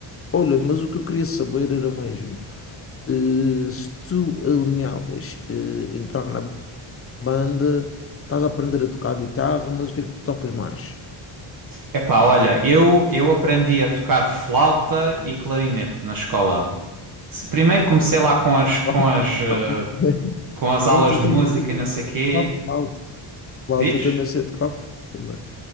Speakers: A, on the left; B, on the right.
A: Olha, mas o que eu queria saber era mesmo, eh, se tu alinhavas, eh, entrar na banda, estás a aprender a tocar guitarra, mas o que é que tu tocas mais?
B: Epá, olha, eu eu aprendi a tocar flauta e clarinete na escola. Se- Primeiro comecei lá com as, com
A: <laughs>
B: as, eh, com as
A: O flauta
B: aulas de
A: também
B: música
A: sei
B: e não sei quê.
A: tocar flauta. Flauta
B: Diz?
A: também sei tocar flauta, mano.